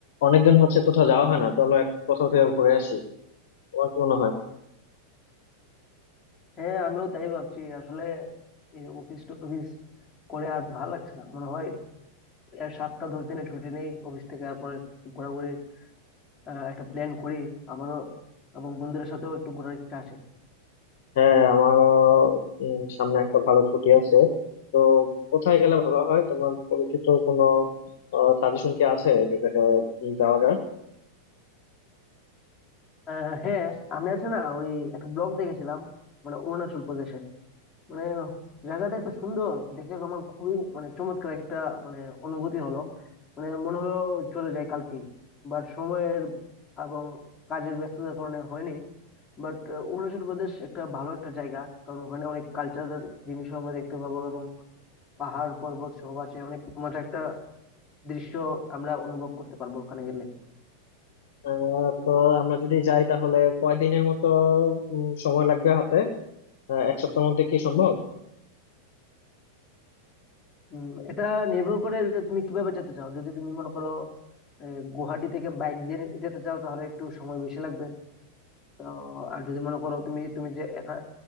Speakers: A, on the left (about 50°); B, on the left (about 15°).
A: অনেকদিন হচ্ছে কোথাও যাওয়া হয় না চলো এক কোথাও থেকে ঘুরে আসি তোমার কি মনে হয়
B: হ্যাঁ আমিও তাই ভাবছি আসলে এই অফিস টফিস করে আর ভাল লাগছে না মনে হয় এর সপ্তাহ দশ দিনের ছুটি নেই অফিস থেকে আর পরে ঘোরাঘুরি আহ, একটা প্ল্যান করি আমারও এবং বন্ধুদের সাথেও একটু ঘোরার ইচ্ছা আছে
A: হ্যাঁ আমারও উম, সামনে একটা ভালো ছুটি আছে তো কোথায় গেলে ভালো হয় তোমার পরিচিত কোনো সাজেশন কি আছে যেটাতে যাওয়া যায়
B: আহ, হ্যাঁ আমি আছে না ওই একটা ব্লগ দেখেছিলাম মানে অরুণাচল প্রদেশে মানে জায়গাটা তো সুন্দর দেখে আমার খুবই মানে চমৎকার একটা মানে অনুভূতি হলো মানে মনে হলো চলে যায় কালকেই বাট সময়ের এবং কাজের ব্যস্ততার কারণে হয়নি বাট অরুণাচল প্রদেশ একটা ভালো একটা জায়গা কারণ ওখানে অনেক কালচারাল জিনিসও আমরা দেখতে পাবো এবং পাহাড় পর্বত সহ আছে অনেক মজা একটা দৃশ্য আমরা অনুভব করতে পারবো ওখানে গেলে
A: আহ, তো আমরা যদি যাই তাহলে কয়দিনের মতো উম, সময় লাগবে হাতে আহ, এক সপ্তাহের মধ্যে কি সম্ভব
B: উম এটা নির্ভর করে যে তুমি কিভাবে যেতে চাও যদি তুমি মনে করো আহ, গুয়াহাটি থেকে বাইক দিয়ে যেতে চাও তাহলে একটু সময় বেশি লাগবে তো আর যদি মনে করো তুমি তুমি যে এখা-